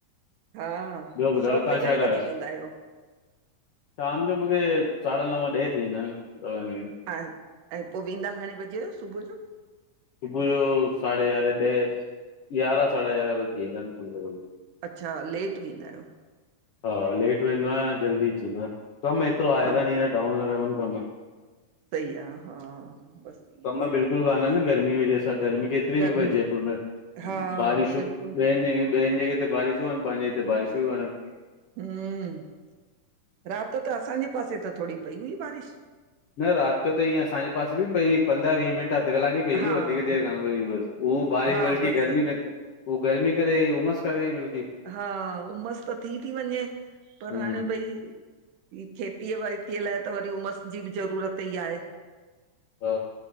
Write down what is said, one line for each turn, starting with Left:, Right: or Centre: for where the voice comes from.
Right: हा
Left: ॿियो ॿुधायो
Right: शॉप
Left: तव्हां
Right: ते
Left: छा
Right: घणे
Left: ठाहियो
Right: बजे वेंदा आहियो?
Left: शाम जो मूंखे साढा नव ॾह थी वेंदा आहिनि सवा नवे
Right: अच्छ् ऐं पोइ वेंदा घणे बजे जो सुबुह जो?
Left: सुबुह जो साढे यारहे ॾह यारहा साढा यारहा त थींदा आहिनि खुलंदे खुल
Right: अच्छा लेट विंदा आहियो?
Left: हा लेट वेंदो आहियां जल्दी अची वेंनो आहिया कमु एतिरो आहे
Right: हा
Left: कान हींअर डाउन लॻा पया अन कम्
Right: सही आ हा बसि
Left: कम बिल्कुलु कान्हन गर्मी जी वजह सां गर्मी केतिरी
Right: गर्मी
Left: बि पए जयपुर में
Right: हा
Left: बारिशूं
Right: बिल्कुल
Left: ॿियनि जॻह ॿियनि जॻह ते बारिशूं आहिनि पंहिंजे हिते बारिशूं ही कान अन
Right: हम्म राति त असांजे पासे त थोरी पई हुई बारिश
Left: न राति जो त ईअं असांजे पासे बि पई पंद्रहं वीह मिंट अधु कलाक ई पई
Right: हा
Left: हुई वधीक देरि
Right: हा
Left: कान पई हुई बस उह बारिश
Right: हा
Left: बल्कि
Right: बसि
Left: गर्मी कं हू गर्मी करे अई उमसि वई बल्कि
Right: हा उमसि त थी थी वञे पर
Left: हम्म
Right: हाणे भई ही खेतीअ वयतीअ लाइ त वरी उमस जी बि ज़रूरत ई आहे
Left: हा